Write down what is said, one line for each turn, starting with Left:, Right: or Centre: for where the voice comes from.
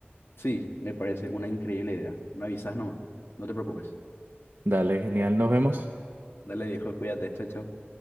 Left: Sí, me parece una increíble idea. Me avisas nomás, no te preocupes.
Right: Dale, genial, nos vemos.
Left: Dale, viejo, cuídate, chao, chao.